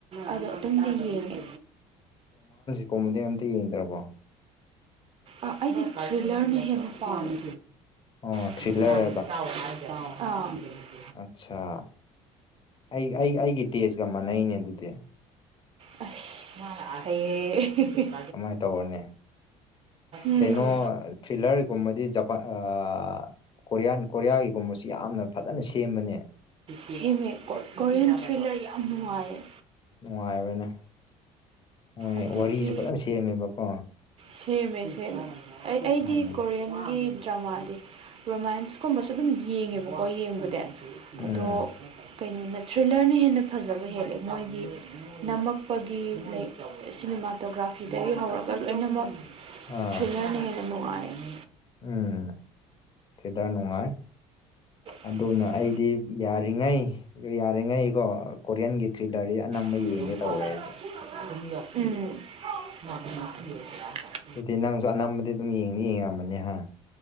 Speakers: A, on the right; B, on the left.
A: ꯑꯗꯣ ꯑꯗꯨꯝꯗꯤ ꯌꯦꯡꯉꯦ
B: ꯀꯨꯝꯕꯗꯤ ꯑꯝꯇ ꯌꯦꯡꯗ꯭ꯔꯕꯣ
A: ꯑꯥ ꯑꯩꯗꯤ ꯊ꯭ꯔꯤꯂꯔꯅ ꯍꯦꯟꯅ ꯄꯥꯝꯃꯤ
B: ꯑꯣ
A: <unintelligible>
B: ꯊ꯭ꯔꯤꯂꯔ ꯑꯠꯆꯥꯥ ꯑꯩ ꯑꯩ ꯑꯩꯒꯤ ꯇꯦꯖꯀ ꯃꯥꯟꯅꯩꯅꯦ ꯑꯗꯨꯗꯤ
A: ꯑꯁ ꯍꯩꯌꯦ ꯑꯦ ꯍꯦ ꯍꯦ
B: ꯀꯃꯥꯏꯅ ꯇꯧꯔꯅꯦ
A: ꯎꯝ
B: ꯀꯩꯅꯣ ꯊ꯭ꯔꯤꯂꯔꯒꯨꯝꯕꯗꯤ ꯖꯄꯥꯟ ꯑꯥ ꯀꯣꯔꯤꯌꯟ ꯀꯣꯔꯤꯌꯥꯒꯤꯒꯨꯝꯕꯁꯤ ꯌꯥꯝꯅ ꯐꯖꯅ ꯁꯦꯝꯕꯅꯦ
A: ꯁꯦꯝꯃꯦ ꯀꯣꯔꯤꯌꯟ ꯊ꯭ꯔꯤꯂꯔ ꯌꯥꯝ ꯅꯨꯡꯉꯥꯏꯌꯦ
B: ꯅꯨꯡꯉꯥꯏꯕꯅꯦ ꯃꯣꯏ
A: ꯑꯗꯒꯤ
B: ꯋꯥꯔꯤꯁꯨ ꯐꯖꯅ ꯁꯦꯝꯃꯦꯕꯀꯣ
A: ꯁꯦꯝꯃꯦꯁꯦ ꯑꯩ ꯑꯩꯗꯤ
B: ꯎꯝ
A: ꯀꯣꯔꯤꯌꯟ ꯒꯤ ꯗ꯭ꯔꯃꯥꯗꯤ ꯔꯣꯃꯦꯟꯁꯀꯨꯝꯕꯁꯨ ꯑꯗꯨꯝ ꯌꯦꯡꯉꯦꯕꯀꯣ ꯌꯦꯡꯕꯗꯤ
B: ꯎꯝ
A: ꯑꯗꯣ ꯀꯩꯅꯣꯅ ꯊ꯭ꯔꯤꯂꯔꯅ ꯍꯦꯟꯅ ꯐꯖꯕ ꯍꯦꯜꯂꯦ ꯃꯣꯏꯒꯤ ꯅꯝꯃꯛꯄꯒꯤ ꯁꯤꯅꯦꯃꯥꯇꯣꯒ꯭ꯔꯥꯐꯤꯗꯒꯤ ꯍꯧꯔꯒ ꯂꯣꯏꯅꯃꯛ
B: ꯑꯥ
A: ꯊ꯭ꯔꯤꯂꯔꯅ ꯍꯦꯟꯅ ꯅꯨꯡꯉꯥꯏꯌꯦ
B: ꯎꯝ ꯊ꯭ꯔꯤꯂꯔ ꯅꯨꯡꯉꯥꯏ
A: <unintelligible>
B: ꯑꯗꯨꯅ ꯑꯩꯗꯤ ꯌꯥꯔꯤꯉꯩ ꯌꯥꯔꯤꯉꯩ ꯀꯣ ꯀꯣꯔꯤꯌꯟꯒꯤ ꯊ꯭ꯔꯤꯂꯔꯗꯤ ꯑꯅꯝꯕ
A: ꯎꯝ
B: ꯌꯦꯡꯒꯦ ꯇꯧꯋꯦ ꯑꯩꯗꯤ ꯑꯗꯨꯗꯤ ꯅꯪꯁꯨ ꯑꯅꯝꯕꯗꯤ ꯑꯗꯨꯝ ꯌꯦꯡꯅꯤ ꯌꯦꯡꯉꯝꯃꯅꯤ ꯍꯥ